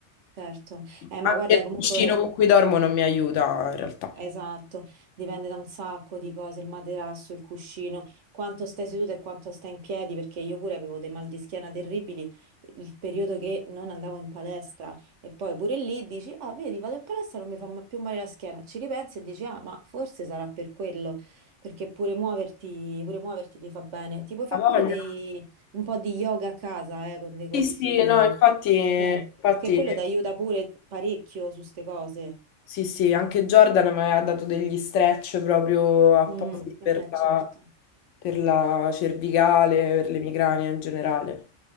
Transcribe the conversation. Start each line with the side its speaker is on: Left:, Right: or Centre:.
Right: certo. Eh,
Left: Anche
Right: ma guarda,
Left: il
Right: comunque
Left: cuscino con cui dormo non mi aiuta in realtà.
Right: Esatto, dipende da un sacco di cose, il materasso, il cuscino, quanto stai seduto e quanto stai in piedi, perché io pure avevo dei mal di schiena terribili il periodo che non andavo in palestra e poi pure lì dici, ah, vedi, vado in palestra, non mi fa ma- più male la schiena, ci ripensi e dici, ah, ma forse sarà per quello, perché pure muoverti, pure muoverti ti fa bene. Ti puoi fare
Left: Ha voglia.
Right: pure dei, un po' di yoga a casa, eh, con dei corsi,
Left: Sì, sì, no, infatti, infatti,
Right: eh, che quello ti aiuta pure parecchio su ste cose.
Left: sì, sì, anche Jordan mi aveva dato degli stretch proprio apposta
Right: Mm,
Left: per
Right: vabbè,
Left: la,
Right: certo.
Left: per la cervicale, per le migranie in generale.